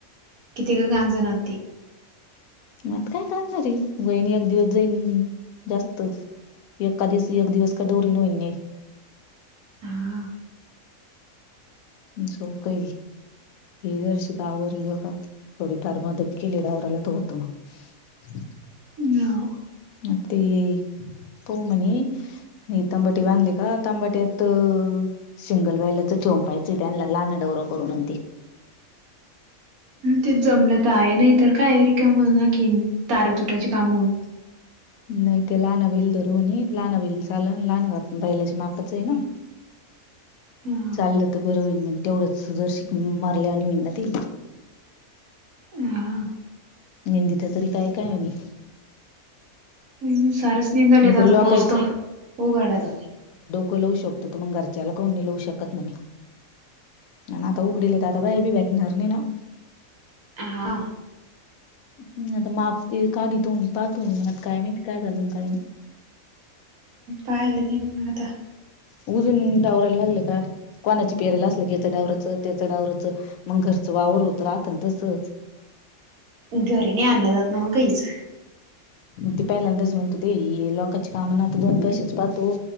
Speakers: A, on the right; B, on the left.
A: किती का गांजणती
B: मात काय करणार रे वहिणी एक दिवस जाईन जास्तच एकाधीस एक दिवस काडोरी न इे
A: हा
B: <unintelligible> हे जर्शी गावरलं का थोडीफार मदत केली, डावर आला तर होतो मग <unintelligible>
A: हो.
B: म पमणी तांबाटी बांधली का तांबाट्यात सिंगल वयलाच चोंपाय लहान डौरों करूनती
A: ते जमलं तर आहे नाही तर का र का मगखीन तार तुटाचे काम हो
B: नाही ते लानाबाईल धरू लाहना बईल चाल लाहान बा बाहिलाच्या मापाच आहे ना
A: हा
B: चाललं तर बरं होईल मग तेवढंच, जर शिक मारल्या आणि होईल ना ते
A: हह <unintelligible>
B: निंदिित तरी काय काय आम्ही
A: नाही सरसनंदल येतात
B: मग लोकायच
A: पौस तो होगाडत
B: कलवू शको मग घरच्याला कोणी लवू शकत नाही ना तर उघडीलेताता भी बेठणारर नाही ना
A: हा
B: हम् आता माप ते काढत होणी पाहतो मग काय माहिती काय झाल काय नाही.
A: पाहिले दिन मता.
B: ऊदिनंदवरलागल का. कोणाची पेहरायला असल की याच डावराचं त्याचं डाववरचं मग घरचं वावर होतं राहत तचच.
A: घरी नाही आणलं जात ना मग काहीच.
B: मग ते पहिल्यांदाच म्हणतो ते लोकच्या कामना आता दोन पैसेच पाहतो.